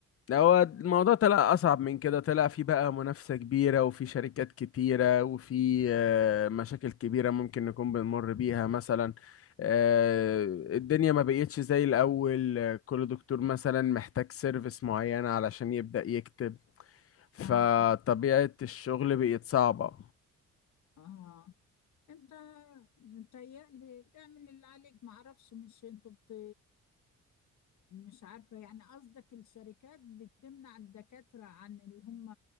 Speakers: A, on the left; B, on the left.
A: لا، هو الموضوع طلع أصعب من كده طلع في بقى منافسة كبيرة وفي شركات كتيرة وفي آه، مشاكل كبيرة ممكن نكون بنمر بيها مثلا آه، الدنيا ما بقيتش زي الأول آه، كل دكتور مثلا محتاج سيرفيس معينة علشان يبدأ يكتب فطبيعة
B: اه
A: الشغل بقت صعبة
B: اه انت متهيألي اعمل اللي عليك معرفش مش انتوا بت... مش عارفة يعني قصدك الشركات بتمنع الدكاترة عن اللي هم